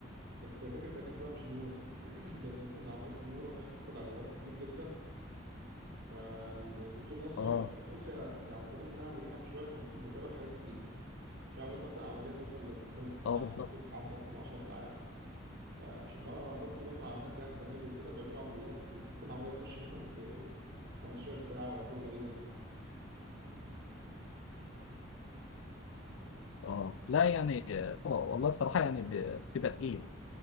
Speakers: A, on the right; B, on the left.
A: بس سيكاتري سيكاتري بقى مش نيورو <clears throat> لان اصلا عمليات النيورو سمعت بتاخد على وقت كبير جدا فالدكتور نفسه
B: اه
A: يعني بص هي- يعني رغم انها مريحه في شويه فمتعبه في حاجات كتير في عمليات مثلا عمليه توصل لخمس ست ساعات
B: اه بالظبط.
A: وعمليات بتعدي اكتر ل 10 ساعات فمش بقرا اخبار كتير بسمع عن الناس يعني زمايلي وكده بيعملوا عمليات ممكن عمليه تخش مثلا في 15 ساعه وارقام غريبه كده
B: اه لا يعني آه، والله بصراحة يعني ب- بيبقى تقيل